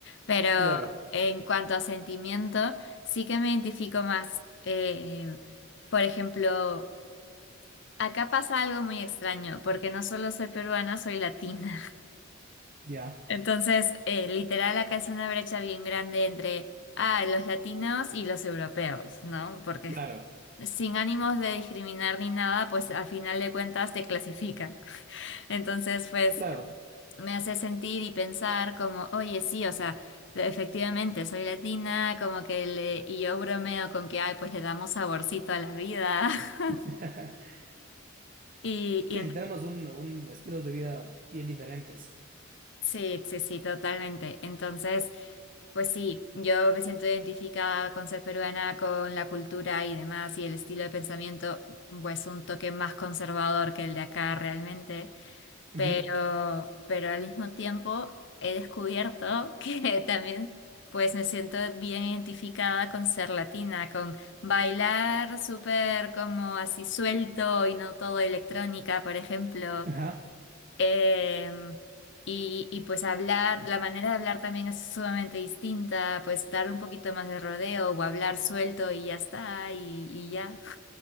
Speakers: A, on the left; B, on the right.
A: pero
B: Claro,
A: en cuanto a sentimiento, sí que me identifico más. Eh, por ejemplo, acá pasa algo muy extraño, porque no solo soy peruana, soy latina.
B: ya,
A: Entonces, eh, literal, acá es una brecha bien grande entre ah, los latinos y los europeos, ¿no? Porque
B: claro,
A: sin ánimos de discriminar ni nada, pues al final de cuentas te clasifica. <laughs> Entonces, pues
B: claro.
A: me hace sentir y pensar como, oye, sí, o sea, de- efectivamente soy latina, como que le, y yo bromeo con que, ay, pues le damos saborcito a la vida. <laughs>
B: <laughs>
A: Y, y
B: Sí, es que tenemos un, un estilos de vida bien diferentes.
A: Sí, sí, sí, totalmente. Entonces, pues sí, yo me siento identificada con ser peruana, con la cultura y demás, y el estilo de pensamiento, pues un toque más conservador que el de acá realmente,
B: Ujú,
A: pero, pero al mismo tiempo he descubierto <laughs> que también, pues me siento bien identificada con ser latina, con bailar súper como así suelto y no todo electrónica, por ejemplo
B: Ajá,
A: Em, y, y pues hablar, la manera de hablar también es sumamente distinta, pues darle un poquito más de rodeo o hablar suelto y ya está, y, y ya.